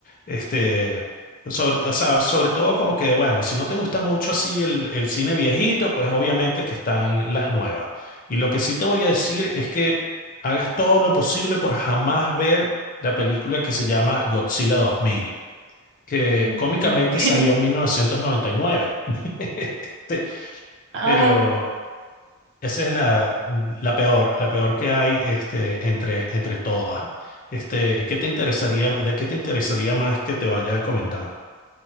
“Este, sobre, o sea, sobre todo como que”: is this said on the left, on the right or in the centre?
Left